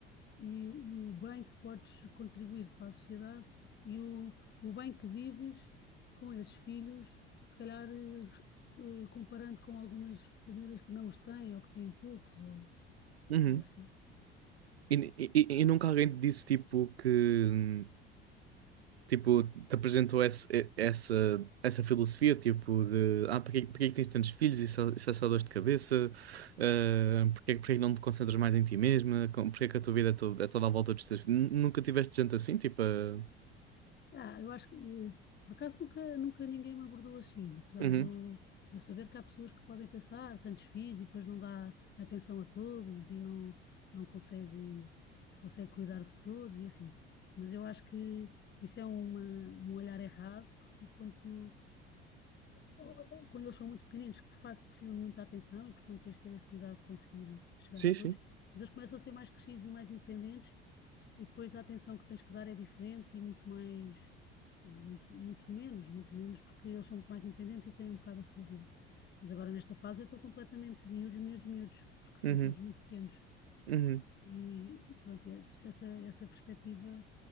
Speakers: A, on the left; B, on the right.
A: e o bem que podes contribuir para a sociedade e o, o bem que vives com esses filhos, se calhar eh, eh, comparando com algumas famílias que não os têm ou que têm poucos ou,
B: Uhum.
A: ou assim.
B: E, e, e e nunca alguém te disse, tipo, que... hum, tipo, te apresentou esse, e- essa, essa filosofia, tipo, de ah, porque, porque é que tens tantos filhos? Isso, é isso é só dor de cabeça, ah, porque, é que porque é que não te concentras mais em ti mesma? Com- Porque é que a tua vida é, to- é toda à volta dos teus filhos? Nu- Nunca tiveste gente assim, tipo, ah,
A: Ah, eu acho que, eh, por acaso, nunca, nunca ninguém me abordou assim, apesar
B: uhum,
A: de eu, de eu saber que há pessoas que podem pensar, tantos filhos, e depois não dá atenção a todos e não, não consegue, consegue cuidar de todos e assim. Mas eu acho que, que isso é uma, um olhar errado, porque quando tu ou- ou quando eles são muito pequeninos, que de facto precisam de muita atenção e, portanto, tens de ter esse cuidado de conseguir chegar
B: Sim,
A: a todos,
B: sim.
A: mas eles começam a ser mais crescidos e mais independentes e depois a atenção que tens que dar é diferente e muito mais, eh, muito, muito menos, muito menos, porque eles são muito mais independentes e têm um bocado a sua vida. Mas agora nesta fase eu estou completamente miúdos, miúdos, miúdos, porque são
B: Uhum,
A: todos muito pequenos.
B: uhum,
A: E, e pronto, é, por isso essa, essa perspectiva,